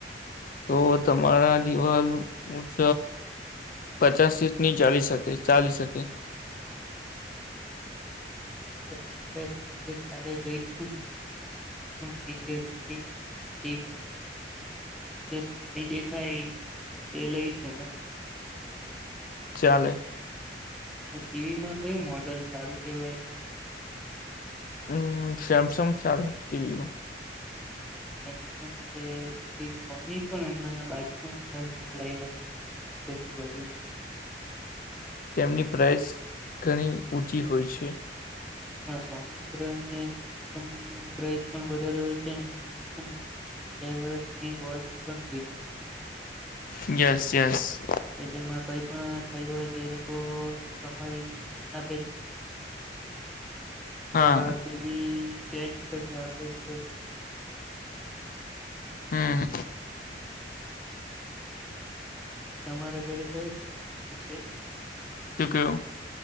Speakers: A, on the left; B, in the centre.
A: તો તમારા દિવાલ મુજબ પચાસ સીટ ની ચાલી શકે ચાલી શકે
B: હમ હમ તો પછી આપડે ત્યાં જ કાલે જઈશું ને જોવી પણ જે સાડી દેખાય એ લઈશું ને
A: ચાલે.
B: મણા ટીવીમાં કયું મોડલ સારું કેવાય એમ
A: હમ સેમસંગ ચાલે ટીવીમાં
B: સેમસંગ છે પછી સોની પણ હમણાં બાજુમાં જ હાલમાં લાઈવા છે. ઘરની બાજુ માં
A: તેમની પ્રાઇસ ઘણી ઊંચી હોય છે
B: હા સોની સોની કંપની ન પ્રઇસ પણ વધારે હોય છે અને એમાં છે ને બે વર્ષની વોરંટી પણ હોય છે
A: યસ યસ
B: કે જેમાં કઈ પણ થયું હોય તો એ લોકો સમાળીને આપે છે. તો
A: હા
B: આ ટીવી ચેન્જ કરીને આપડે છે.
A: હા.
B: તમારા ઘરે કઈ છે
A: શક્યો